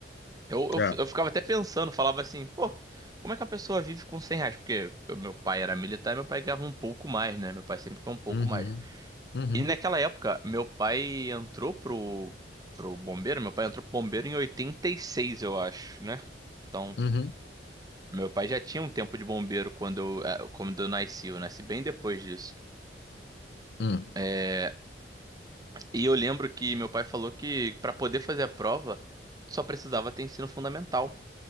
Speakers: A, on the right; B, on the left.
A: Eu, eu,
B: é,
A: eu ficava até pensando, falava assim, pô, como é que a pessoa vive com 100 reais? Porque eu- meu pai era militar e meu pai ganhava um pouco mais, né? Meu pai sempre ganhou um pouco
B: uhum,
A: mais.
B: uhum,
A: E naquela época, meu pai entrou pro, pro bombeiro, meu pai entrou pro bombeiro em 86, eu acho, né? Então,
B: uhum,
A: meu pai já tinha um tempo de bombeiro quando eu, eh, quando eu nasci, eu nasci bem depois disso.
B: uhum.
A: É, E eu lembro que meu pai falou que para poder fazer a prova só precisava ter ensino fundamental.